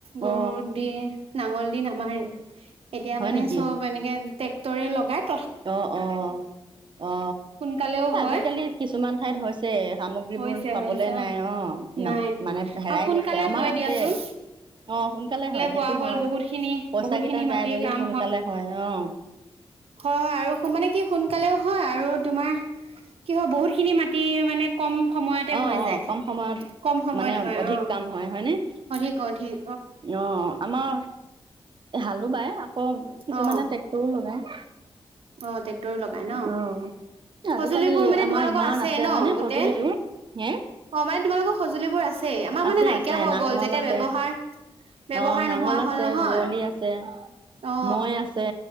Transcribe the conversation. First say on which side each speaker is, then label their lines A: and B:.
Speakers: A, on the right; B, on the right.
A: গৰু
B: অ
A: দি নাঙল দি নামাৰেই এতিয়া
B: হয়
A: মানে
B: নেকি
A: চব এনেকে ট্ৰেক্টৰে লগাত
B: অ অ অ
A: সোনকালেও হয়
B: আজিকালি কিছুমান ঠাইত হৈছে ছে সামগ্ৰীবোৰ
A: হৈছে
B: পাবলে
A: হৈছে
B: নাই অ
A: নাই
B: মানে হেৰাই
A: আৰু সোনকালে
B: গৈছে আমাৰ
A: হয়
B: আছে
A: দিয়াচোন
B: অ সোনকালে হয়
A: হোৱা
B: সেইটো
A: হ'ল
B: হয়
A: বহুত খিনি
B: পইচা
A: বহুত খিনি
B: কেইটা
A: মাটিৰ
B: যায় যদি
A: কাম
B: সোনকালে হয় অ
A: হয় হয় আৰু মানে কি সোনকালেও হয় আৰু তোমাৰ কি হয় বহুত খিনি মাটি মানে কম সময়তে
B: অ
A: হৈ
B: অ
A: যায়
B: কম সময়ত
A: কম সময়ত
B: মানে
A: হয়
B: অধিক
A: অ
B: কাম হয় হয়নে
A: অধিক অধিক
B: অ আমাৰ হালো বাই ক কিছুমানে
A: অ
B: ট্ৰেক্টৰো লগায়
A: অ তে ক্টৰো লগাই ন
B: অ'।
A: সঁজুলিবোৰ
B: আজিকালি
A: মানে
B: আমাৰ
A: তোমালোকৰ
B: ইমান
A: আছে ন
B: হয়নে
A: গোটেই
B: সঁজুলিবোৰ হে
A: অ মানে তোমালোকৰ সঁজুলিবোৰ আছে আমাৰ
B: আছে
A: মানে নাইকিয়া
B: আছে
A: হৈ
B: নাঙল
A: গল যেতিয়া
B: আছে
A: ব্যৱহাৰ ব্যৱহাৰ
B: অ', নাঙল
A: নোহোৱা হ'ল
B: আছে
A: নহয়
B: যুৱলি আছে।
A: অ
B: মই আছে